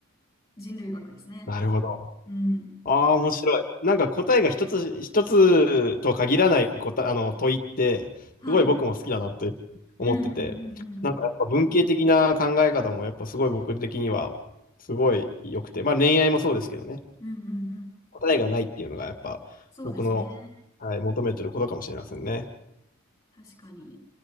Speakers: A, on the left (about 15°); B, on the left (about 40°).
A: 人類学ですね。
B: なるほど。
A: うん。
B: ああ、面白い。なんか答えが一つ、一つとは限らない答え、あの、問いって、
A: はい。
B: すごい僕も好きだなって思ってて、
A: うんうんうんうん。
B: なんかやっぱ文系的な考え方もやっぱすごい僕的には、すごい良くて、まあ恋愛もそうですけどね、
A: うんうんうん。
B: 答えがないっていうのがやっぱ僕の、
A: そうですね。
B: はい、求めてることかもしれませんね。
A: 確かに。